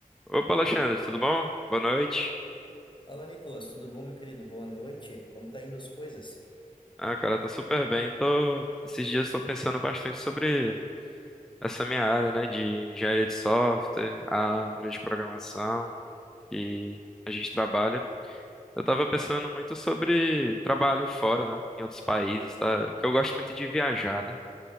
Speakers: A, in the centre; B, on the left.
A: Opa, Alexandre, tudo bom? Boa noite.
B: Fala, Nicolas, tudo bom, meu querido? Boa noite. Como tá indo as coisas?
A: Ah, cara, tá super bem. Tô... Esses dias tô pensando bastante sobre essa minha área, né, de engenharia de software, a área de programação que a gente trabalha. Eu tava pensando muito sobre trabalho fora, né, em outros países, tá? Porque eu gosto muito de viajar, né?